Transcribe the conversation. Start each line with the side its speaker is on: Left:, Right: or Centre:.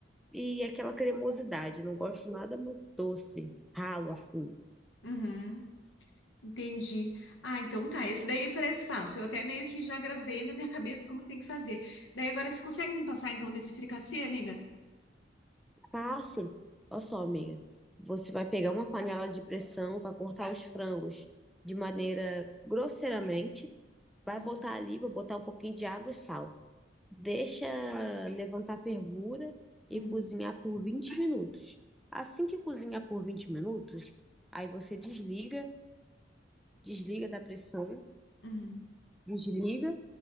Centre: e aquela cremosidade. Não gosto nada muito doce, ralo assim.
Left: Uhum. Entendi. Ah, então tá. Esse daí parece fácil. Eu até meio que já gravei na minha cabeça como que tem que fazer. Daí agora você consegue me passar então desse fricassê, amiga?
Centre: Passo, olha só, amiga. Você vai pegar uma panela de pressão, vai cortar os frangos de maneira grosseiramente, vai
Left: Uhum.
Centre: botar ali, vai botar um pouquinho de água e sal. Deixa levantar a fervura e
Left: Uhum.
Centre: cozinhar por 20 minutos. Assim que cozinhar por 20 minutos, aí você desliga, desliga da pressão,
Left: Uhum.
Centre: desliga,